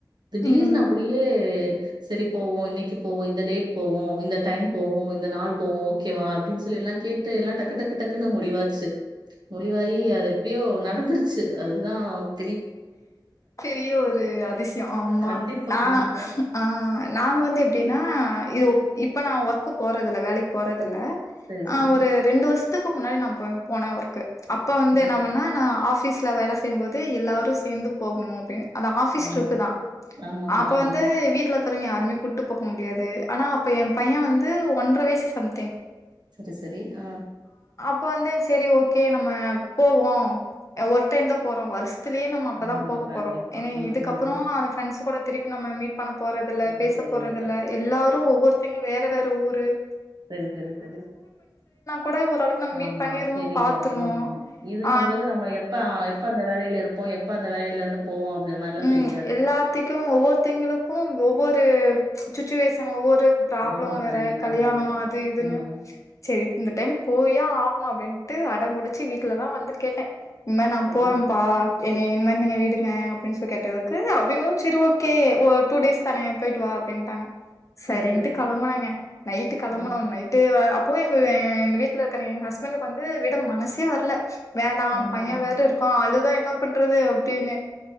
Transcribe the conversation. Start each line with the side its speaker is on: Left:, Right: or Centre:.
Right: திடீர்னு
Left: ம்.
Right: அப்படியே செரி போவோ இன்னைக்கு போவோ இந்த டேட் போவோ இந்த டைம் போவோ இந்த நாள் போவோ ஓகேவா அப்டின்னு சொல்லி எல்லா கேட்டு எல்லா டக்கு டக்கு டக்குன்னு முடிவாச்சு முடிவாயி அது எப்டியோ நடந்துருச்சு அதுதா <unintelligible>
Left: பெரிய ஒரு அதிசயோ ஆமா
Right: கண்டிப்பா,
Left: நா
Right: கண்டிப்பா.
Left: ஆ நாங்க வந்து எப்டினா <unintelligible> இப்ப நான ஒர்க்கு போறதில்ல வேலைக் போறத் துல்ல
Right: சரி,
Left: ஆ
Right: சரி.
Left: ஒரு ரெண்டு வர்ஷ்த்துக் க்கு முன்னாடி நான <unintelligible> போனே ஒர்க்கு அப்ப வந்து
Right: சரி
Left: என்ன பண்ணா நான ஆஃப் பீஸ்ல வேல செய்யும்போது எல்லாரு ஸ் சேந்து போக்ணு அப்டின்னு அந்த ஆபிஸ்
Right: ஆமா
Left: ட்ரிப்பு தா
Right: ஆமா ஆமா,
Left: அப்ப
Right: ஆ
Left: வந்து
Right: ஆ
Left: வீட்டுல <unintelligible> யாருமே கூட்டு போக முடியாது ஆனா அப்ப என் பைய வந்து ஒன்ற வயசு சம்திங்
Right: சரி சரி ஆ
Left: இப்ப வந்து செரி ஓகே நம்ம போவோ ஒரு டைம் தா போறோ வருஷத்திலேன் இப்பதா
Right: ஆமா
Left: போக
Right: கண்டிப்பா
Left: போறோ ஏனே
Right: ம்
Left: இதுக்கப்புறோ
Right: ம் ம்
Left: அவ ஃபிரண்ட்ஸ் கூட திருப்பி நம மீட் பணம் போறதுல்ல
Right: சும்மா
Left: பேச
Right: தெரியல
Left: போறதில்ல எல்லாரு ஒவ்வொருத்தெங்க வேற வேற டூரூ
Right: செரி செரி செரி
Left: கூட ஓரளவுக்கு நம்ம
Right: ஆமா
Left: மீட் பண்ணிருவோம்,
Right: தெரியு
Left: பாத்துருவோம்.
Right: உம் இதுன்னும்
Left: ஆ
Right: போது நம்ம எப்ப எப்ப அந்த வேலையில இருப்போ எப் ப்ப அந்த வேலையில இருந்து போவோம் அப்படின்ற மாரிலாம்
Left: உம்
Right: தெரியாது
Left: எல்லாத்திக்கு ஒவ்வொருத்தைங்களுக்கு ஒவ்வொரு சுச்சுவேசன் ஒவ்வோர் ட்ரு பிராப்ளோ
Right: ஆமா
Left: வேற
Right: கண்டிப்பா
Left: கல்யாணோ
Right: கண்டிப்பா
Left: அது இதுன்னு
Right: ம்
Left: சேரி இந்த டைம் போயே ஆகணு அப்டின்ட்டு அட புடி ச்சி வீட்டுல எல்லா வந்து கேட்டே உம்மே நா
Right: சரி
Left: போறோப்பா என்ன என் மாறி நீங்க விடுங்க ஃபிரண்ட்ஸ்சுக்கு கேட்டதுக்கு அவங்களு செரி ஓகே ஒரு டூ டேஸ் தானே போயிட்டு வா அப்டின்ட்டாங்க சரின்ட்டு
Right: சரி சரி
Left: களம்புனாங்க நைட்டு களம்பனு
Right: சரி
Left: நைட்டே வ அ போய் எங் எங்க வீட்டுல இருக்குற எங்க ஹஸ்பண்டுக்கு வந்து விட மனசே வர்ல வேண்டா
Right: ஆமா
Left: பைய வேற இருக்க அழுதா என்ன பண்றது அப்டின்னு